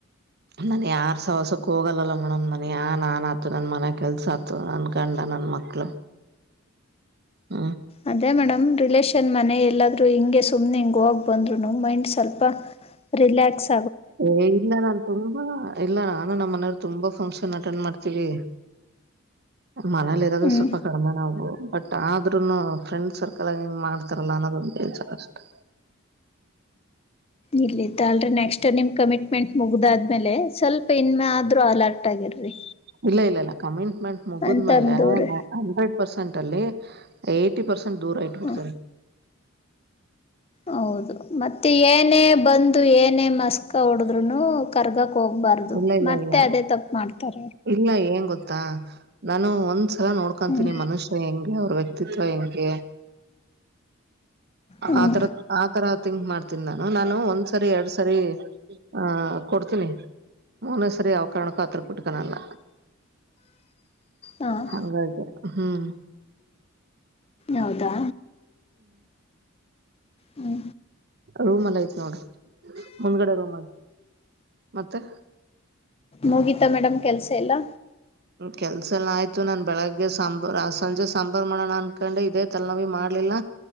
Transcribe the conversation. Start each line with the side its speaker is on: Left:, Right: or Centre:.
Right: ನಾನ ಯಾರು ಸವಸಕ್ಕೂ ಹೋಗಲ್ಲಲ್ಲ ಮೇಡಮ್ ನನಗೆ ಯ ನಾನು ಆತು ನನ್ನ ಮನೆ ಕೆಲಸ ಆತು ನನ್ಕಂಡ ನನ್ನ ಮ ಹಲ ಹ್ಮ
Left: ಅದೇ ಮೇಡಮ್ ರಿಲೇಷನ್ ಮನೆ ಎಲ್ಲಾದ್ ಹಿಂಗೆ ಸುಮನೆ ಹಿಂಗ ಹೋಗಿ ಬಂದ್ರು ನ ಮೈಂಡ್ ಸ್ವಲ್ಪ ರಿಲಾಕ್ಸ್
Right: ಏ ಇಲ್ಲ ನಾನ್ ತುಂಬಾ ಇಲ್ಲ ನಾ ನ ನಮ್ಮ ಮನೆಯ ತುಂಬಾ ಫಂಕ್ಷನ್ ಅಟೆಂಡ್ ಮಾಡ್ತೀವಿ ಮನೇಲಿ ಇರೋದು
Left: ಹ್ಞೂ
Right: ಸ್ವಲ್ಪ ಕಡಿಮೆ ನಾವು ಬಟ್ ಆದ್ರುನು ಫ್ರೆಂಡ್ ಸರ್ಕಲ್ ಹಿಂಗ್ ಮಾಡ್ತಾರಲ್ಲ ಅನ್ನೋದೊಂದು ಬೆಳ್ಸರ್ ಅಷ್ಟೆ <inaudible>
Left: ಇರ್ಲಿ ತಲ್ರಿ ನೆಕ್ಸ್ಟ್ ಇ ನಿಮ್ ಕಮಿಟ್ಮೆಂಟ್ ಮುಗ್ದಾದ್ಮೇಲೆ ಸ್ವಲ್ಪ ಇನ್ಮೆ ಆದ್ರರು ಅಲರ್ಟ್ ಆಗಿರಿ
Right: ಇಲ್ಲ ಇಲ್ಲ ಇಲ್ಲ ಕಮಿಟ್ಮೆಂಟ್ ಮುಗಿದ್ಮೇಲೆ
Left: ಅಂತಂದವ್ರೆ
Right: ಹಂಡ್ರೆಡ್ ಪರ್ಸೆಂಟ್ ಲ್ಲಿ ಏ್ಟ ಪರ್ಸೆಂಟ್ ದೂರ ಇಟ್ಬಿಡ್ತಾರೆ
Left: ಹಾಂ ಹೌದು ಮತ್ತೆ ಏನೇ ಬಂದು ಏನೇ ಮಸ್ಕ ಹೊಡದ್ರುೂನು ಕರ್ಗ ಹೋಗ್ಬಾರ್ದು
Right: ಇಲ್ಲ ಇಲ್ಲ
Left: ಮತ್ತೆ
Right: ಇಲ್ಲ
Left: ಅದೇ ತಪ್ಪ ಮಾಡ್ತಾರ
Right: ಇಲ್ಲ ಏನ್ ಗೊತ್ತಾ ನಾನು ಒಂದ್ಸಲ ನೋಡ್ಕೊತೀನಿ
Left: ಹ್ಞೂ
Right: ಮನುಷ್ಯ ಹೆಂಗೆ ಅವ್ರ ವ್ಯಕ್ತಿ ಹೆಂಗೆ
Left: ಹ್ಞೂ
Right: ಆ ತರ ಆತರ ತಿಂಗ್ ಮಾಡ್ತೀನಿ ನಾನು ನಾನು ಒಂದ್ಸರಿ ಎರಡ್ ಸರಿ ಆಹ ಕೊಡ್ತೀನಿ ಹನ ಸರಿ ಅವಾವ ಕಣಕ <inaudible> ಹತ್ರ ಕುಟ್ಕನಲ್ಲ
Left: ಹಾಂ
Right: ಹಂಗೆ ಹಾ ಹ್ಮ
Left: ಹೌದಾ ಹ್ಮ
Right: ರೂಮ್ ಎಲ್ಲ ಐತಿ ನೋಡ್ರ ಮುಂದ್ಗಡೆ ರೂಮ್ ಮತ್ತೆ
Left: ಮುಗೀತಾ ಮೇಡಮ್ ಕೆಲ್ಸ ಎಲ್ಲಾ
Right: ಕೆಲ್ಸ ಎಲ್ಲ ಆಯ್ತು ನನ್ ಬೆಳಗ್ಗೆ ಸಾಂಬಾರ್ ಸಂಜೆ ಸಾಂಬಾರಾ ಮಾಡೋಣ ಅನ್ಕೊಂಡು ಇದೇ ತಲ್ ನವಿ ಮಾಡ್ಲಿಲ್ಲ